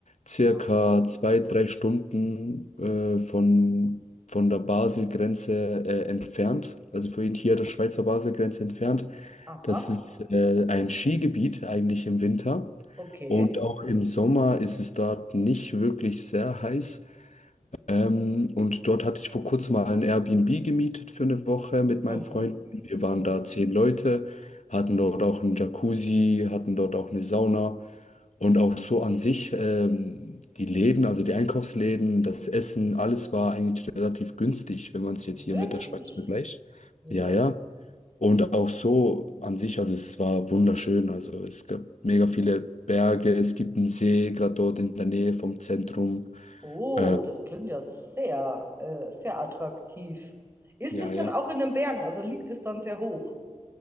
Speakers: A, on the left; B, on the right.
A: circa
B: Aha,
A: zwei, drei Stunden äh, von, von der Basel-Grenze äh, entfernt. Also von hier der Schweizer Basel-Grenze entfernt.
B: aha.
A: Das ist äh, ein Skigebiet eigentlich im Winter.
B: Okay.
A: Und auch im Sommer ist es dort nicht wirklich sehr heiß. Ähm, und dort hatte ich vor kurzem mal ein Airbnb gemietet für eine Woche mit meinen
B: Mhm.
A: Freunden. Wir waren
B: Mhm.
A: da zehn Leute, hatten dort auch einen Jacuzzi, hatten dort auch eine Sauna. Und auch so an sich, ähm, die Läden, also die Einkaufsläden, das Essen, alles war eigentlich relativ günstig, wenn man es jetzt
B: Wirklich?
A: hier mit der Schweiz vergleicht.
B: Ja.
A: Ja, ja. Und auch so an sich, also es war wunderschön. Also es gab mega viele Berge, es gibt einen See, gerade dort in der Nähe vom Zentrum.
B: Oh,
A: Äh,
B: das klingt ja sehr, äh, sehr attraktiv. Ist
A: ja,
B: es dann
A: ja.
B: auch in den Bergen? Also liegt es dann sehr hoch?